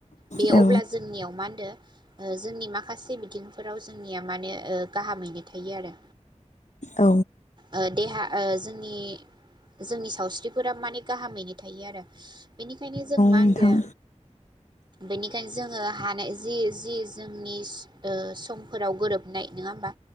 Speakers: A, on the right; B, on the left.
A: बे
B: औ
A: अब्ला जोंनियाव मा होनदो जोंनि माखासे बिथिंफोराव जोंनिया माने ओ गाहामैनो थायो आरो
B: औ
A: ओ देहा ओ जोंनि जोंनि सावस्रिफोरा माने गाहामैनो थायो आरो बेनिखायनो जों मा
B: नोंथां
A: होनदो बेनिखायनो जोङो हानाय जि जि जोंनि ओ समफोराव गोरोबनाय नङा होमबा